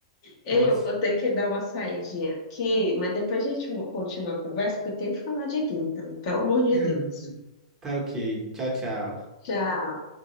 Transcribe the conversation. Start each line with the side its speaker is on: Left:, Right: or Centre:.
Left: Eu
Right: Boa.
Left: vou ter que dar uma saidinha aqui, mas depois a gente continua a conversa, porque eu tenho que falar de Gintama, pelo amor de
Right: <laughs>
Left: Deus.
Right: Tá ok. Tchau, tchau.
Left: Tchau.